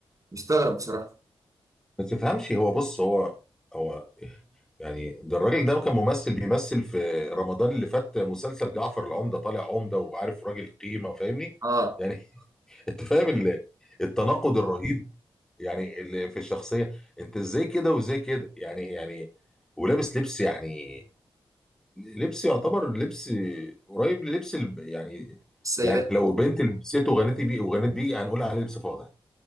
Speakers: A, on the right; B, in the centre.
A: مستغرب بصراحه
B: ما تفهمش هو بص هو هو يعني ده الراجل ده كان ممثل بيمثل في رمضان اللي فات مسلسل جعفر العمدة طالع عمدة وعارف راجل قيمة فاهمني
A: اه
B: يعني <laughs> انت فاهم ال- التناقض الرهيب يعني اللي في الشخصية انت ازاي كده وازاي كده يعني يعني ولابس لبس يعني لبس يعتبر لبس قريب للبس ال- يعني
A: السيدات
B: يعني لو بنت لبسته وغنت بيه وغنت بيه هنقول عليه لبس فاضح